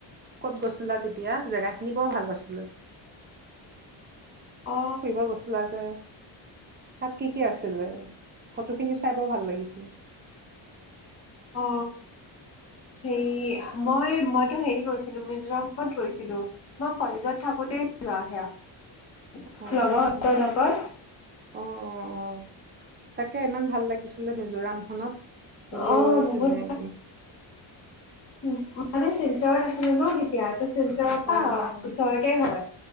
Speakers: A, on the right; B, on the left.
A: ক'ত গৈছিলা তেতিয়া? জেগাখিনি বৰ ভাল আছিলে।
B: অ
A: ফুৰিব গইছিলা যে তাত। কি কি আছিলে বস্তু খিনি চাই বৰ ভাল লাগিছিল
B: অ হেৰী মই মইতো হেৰি গৈছিলো মিজোৰামত গৈছিলো মই কলেজত থাকোতেই যোৱা সেয়া
A: অ',
B: লগৰহঁতৰ লগত
A: অ', অ', অ', তাকে ইমান ভাল লাগিছিলে মিজোৰাম খনত বোলো
B: অ বহুত
A: চি
B: উম মানে শিলচৰত আছিলো তু তেতিয়া ত শিলচৰৰ পৰা
A: অ', অ',
B: ওচৰতে হয়